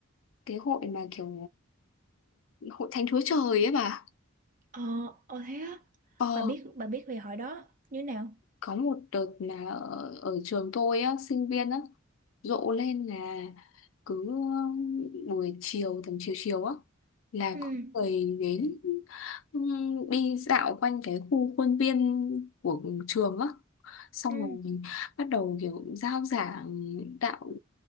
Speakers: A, on the left; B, on the right.
A: cái hội mà kiểu hội thánh chúa trời ấy bà
B: Ờ, ờ thế á.
A: ờ
B: Bà biết bà biết về hồi đó như nào?
A: có một đợt là ở, ở trường tôi á sinh viên á rộ lên là cứ buổi chiều tầm chiều chiều á là
B: Ừ,
A: có người đến ừm, đi dạo quanh cái khu khuôn viên của trường á xong
B: ừ,
A: rồi bắt đầu kiểu giao giảng đạo